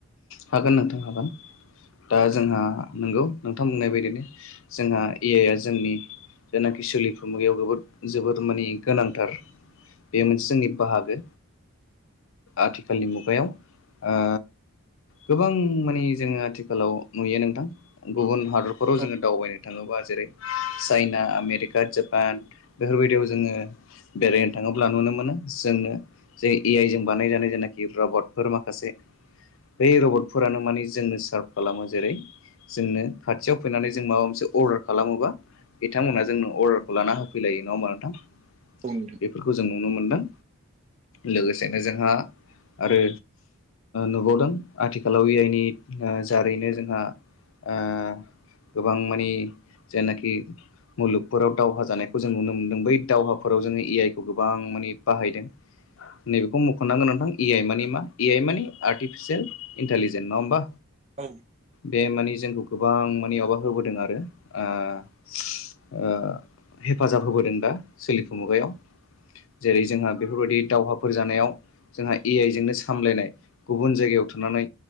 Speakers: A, on the left; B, on the right.
A: हागोन नोंथां हागोन दा जोंहा नंगौ नोंथां बुंनाय बायदिनो। जोंहा ए आइआ जोंनि जायनाखि सोलिफु मुगायाव जबोद जोबोद माने गोनांथार। बे मोनसे जोंनि बाहागो आथिखालनि मुगायाव ओ गोबां माने जोङो आथिखालाव नुयो नोंथां गुबुन हाद दरफोराव
B: औ
A: जोङो दावबायनो थाङोबा जेरै चाइना आमेरिका जापान बेफोरबायदियाव जोङो बेरायनो थाङोब्ला नुनो मोनो जोंनो जे ए आइ जों बानायजानाय जेनाखि रबटफोर माखासे बै रबटफोरानो माने जोंनो सार्फ खालामो जेरै जोंनो खाथियाव फैनानै जों माबा मोनसे अर्डार खालामोबा बिथांमोनहा जोंनो अर्डारखौ लाना होफैलायो नङा होमबा नोंथां?
B: औ नोंथां।
A: बेफोरखौ जों नुनो मोनदों। लोगोसेनो जोंहा आरो नुबावदों। आथिखालाव ए आइनि ओ जारैनो जोंहा ओ गोबां मानि जेनाखि मुलुगफोराव दावहा जानायखौ जों नुनो मोन्दों बै दावहाफोराव जोङो ए आइ खौ गोबां माने बाहायदों। नैबेखौ मुखननांगोन नोंथां ए आइ मानि मा ए आइ मानि आर्टिफिसियेल। इन्टलिजेट नङा होनबा?
B: औ
A: बे माने जोंखौ गोबां माने माबा होबोदों आरो ओ ओ हेफाजाब होबोदों दा सोलिफु मुगायाव जेरै जोंहा बेफोरबायदि दावहाफोर जानायाव जोंहा ए आइ जोंनो सामलायनाय गुबुन जायगायाव थां थनानै